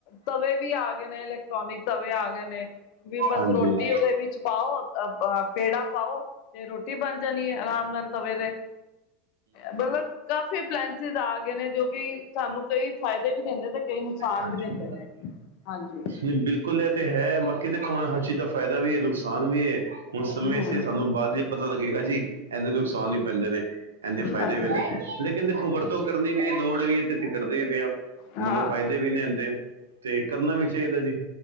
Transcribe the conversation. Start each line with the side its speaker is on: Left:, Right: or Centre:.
Left: ਤਵੇ ਵੀ ਆ ਗਏ ਨੇ, ਇਲੈਕਟ੍ਰੋਨਿਕ ਤਵੇ ਆ ਗਏ ਨੇ ਵੀ ਬਸ
Right: ਹਾਂਜੀ
Left: ਰੋਟੀ
Right: ਹੂੰ
Left: ਉਹਦੇ ਵਿੱਚ ਪਾਓ। ਪੇੜਾ ਪਾਓ ਤੇ ਰੋਟੀ ਬਣ ਜਾਣੀ ਆਰਾਮ ਤਵੇ ਤੇ ਮਤਲਬ ਕਾਫੀ ਏਪਲੈਸਿਸ ਆ ਗਏ ਨੇ ਜੋ ਵੀ ਸਾਨੂੰ ਕਈ ਫਾਇਦੇ ਵੀ ਦਿੰਦੇ ਤੇ ਕਈ ਨੁਕਸਾਨ
Right: ਹਾਂਜੀ
Left: ਵੀ ਦਿੰਦੇ ਨੇ। ਹਾਂਜੀ।
Right: ਨਹੀਂ ਬਿਲਕੁਲ ਇਹ ਤੇ ਹੈ ਬਾਕੀ ਦੇਖਾ ਹੁਣ ਹਰ ਚੀਜ਼ ਦਾ ਫਾਇਦਾ ਵੀ ਹੈ, ਨੁਕਸਾਨ ਵੀ ਹੈ ਹੁਣ ਸਮੇਂ
Left: ਹਮ
Right: ਸਿਰ ਸਾਨੂੰ ਬਾਅਦ ਪਤਾ ਲੱਗੇਗਾ ਜੀ ਇਹਦੇ ਨੁਕਸਾਨ ਹੀ ਪੈਂਦੇ ਨੇ, ਇਹਦੇ ਫਾਇਦੇ
Left: ਹਾਂਜੀ
Right: ਵੀ ਨੇ। ਲੇਕਿਨ ਦੇਖੋ ਵਰਤੋਂ ਕਰਨੀ ਵੀ ਹੈ, ਲੋੜ ਵੀ ਹੈ ਤੇ ਅਸੀਂ ਕਰਦੇ ਵੀ ਹਾਂ।
Left: ਹਾਂ
Right: ਮਗਰ ਫਾਇਦੇ ਵੀ ਨੇ ਇਹਦੇ। ਤੇ ਕਰਨਾ ਵੀ ਚਾਹੀਦਾ ਜੀ।